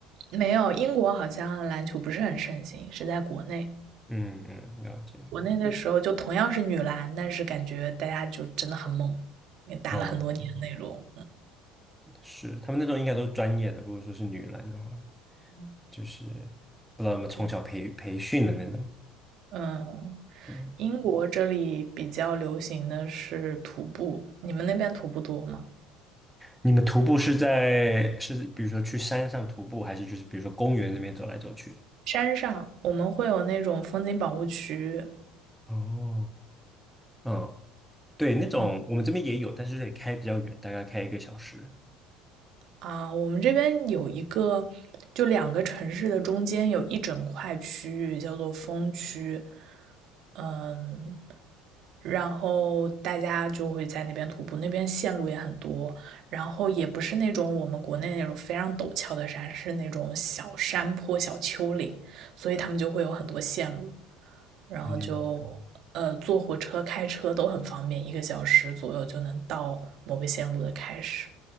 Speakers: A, on the right (about 60°); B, in the centre.
A: 没有，英国好像篮球不是很盛行，是在国内。
B: 嗯嗯，了解。
A: 国内的时候就同样是女篮，但是感觉大家就真的很猛，也打了很多年那种。
B: 哦，是，他们那种应该都是专业的。如果说是女篮的话，
A: 嗯
B: 就是不知道有没有从小培培训的那种。
A: 对，嗯。
B: 嗯，
A: 英国这里比较流行的是徒步，你们那边徒步多吗？
B: 你们徒步是在是比如说去山上徒步，还是就是比如说公园那边走来走去？
A: 山上我们会有那种风景保护区，
B: 哦，嗯，对，那种我们这边也有，
A: 嗯
B: 但是得开比较远，大概开一个小时。
A: 啊，我们这边有一个，就两个城市的中间有一整块区域叫做风区，嗯，然后大家就会在那边徒步，那边线路也很多，然后也不是那种我们国内那种非常陡峭的山，是那种小山坡、小丘陵，所以他们就会有很多线路。然后就
B: 嗯
A: 呃坐火车、开车都很方便，一个小时左右就能到某个线路的开始。